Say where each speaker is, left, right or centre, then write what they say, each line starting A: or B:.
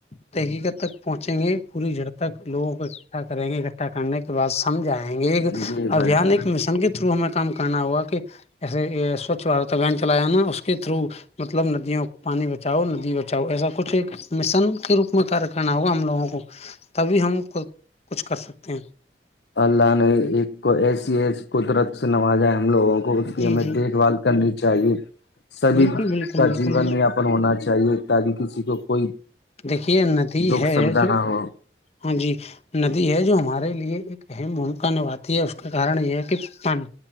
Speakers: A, on the left; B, on the left.
A: تحقیق تک پہنچیں گے پوری جڑپ تک لوگ اٹا کریں گے اکٹھا کرنے بات سمجھ آئیں گے ایک
B: جی بھائی
A: ابھیان
B: جان
A: ایک مشن کے تھرو ہمیں کام کرنا ہوگا کہ ایسے سوچھت ابھیان چلایا نا اس کے تھرو مطلب ندیوں پانی بچاؤ ندی بچاؤ ایسا کچھ ایک مشن کے روپ میں کیہ کرنا ہوگا ہم لوگوں کو تبھی ہم کچھ کر سکتے ہیں
B: اللہ نے ایک کو ایسی ہے قدرت سے نوازا ہے ہم لوگوں کو کو اس کی
A: جی
B: ہمیں
A: جی
B: دیکھ بھال کرنی چاہیے سبھی
A: بالکل بالکل
B: کا
A: بالکل
B: جیون یاپن ہونا چاہیے تاد کسی کو کوئی
A: دیکھیے ندی
B: دکھ
A: ہے
B: سھا
A: جو
B: نہ ہو
A: ہاں جی ندی ہے جو ہمارے لیے ایک اہم بھومکا نبھاتی ہے اس کے کارن یہ ہے کہ پانی